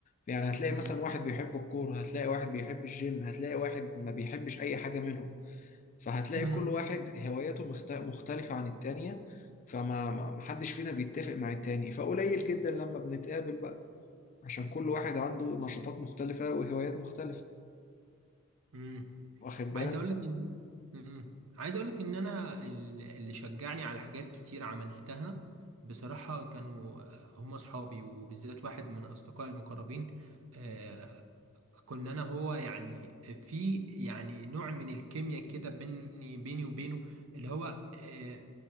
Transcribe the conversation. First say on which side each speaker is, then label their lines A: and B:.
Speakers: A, on the left; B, on the right.
A: يعني هتلاقي
B: مم.
A: مثلا واحد بيحب الكورة هتلاقي واحد بيحب الجيم هتلاقي واحد ما بيحبش اي حاجة منهم فهتلاقي
B: مم.
A: كل واحد هواياته مخت- مختلفة عن التانية فما ما ما حدش فينا بيتفق مع التاني فقليل جدا لما بنتقابل بقى عشان كل واحد عنده نشاطات مختلفة وهوايات مختلفة
B: مم.
A: واخد بالك
B: عايز أقول لك إن مم. عايز أقول لك إن أنا ال- اللي شجعني على حاجات كتير عملتها بصراحة كانوا هم أصحابي وبالذات واحد من أصدقائي المقربين آه، كنا انا هو يعني في يعني نوع من الكيمياء كده بيني بيني وبينه اللي هو آه،